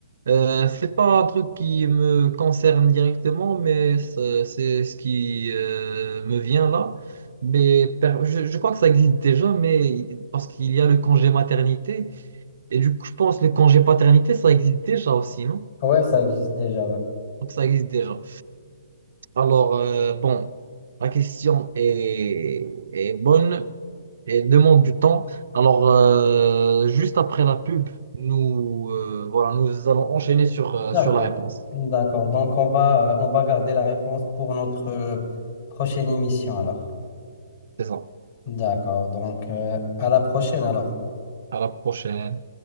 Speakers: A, on the right; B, on the left.
A: Euh, c'est pas un truc qui me concerne directement, mais c'est c'est ce qui euh, me vient là. Mais per- je, je crois que ça existe déjà, mais il- parce qu'il y a le congé maternité. Et du coup, je pense que le congé paternité, ça existe déjà aussi, non?
B: Ouais, ça existe déjà, ouais.
A: Donc ça existe déjà. Alors, euh, bon, la question est, est bonne. et demande du temps. Alors, euh, juste après la pub, nous, euh, voilà, nous allons enchaîner sur, euh,
B: D'accord.
A: sur la réponse.
B: D'accord. Donc, on va, euh, on va garder la réponse pour notre euh, prochaine émission, alors.
A: C'est ça.
B: D'accord. Donc, euh, à la prochaine, alors.
A: À la prochaine.